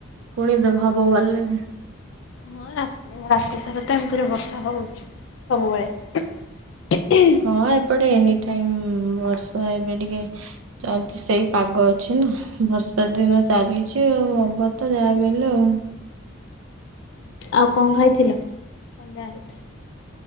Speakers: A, on the right; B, on the left.
A: ପୁଣି ଦେଭବ ବଲରେ
B: ହଁ ରା ଏଇନା ରାତି ସାରା ତ ଏମତିରେ ବର୍ଷା ହଉଚି ସବୁବେଳେ
A: ହଁ ଏପଟେ ଏନି ଟାଇମ୍ ବର୍ଷା ଏବେ ଟିକେ ଚାଲଚି ସେଇ ପାଗ ଅଛି ନା। ବର୍ଷା ଦିନ ଚାଲିଛି ଆଉ ହବ ତ ଯାହା ବି ହେଲେ ଆଉ।
B: ଆଉ କଣ ଖାଇଥିଲ ସନ୍ଧ୍ୟାଳେ?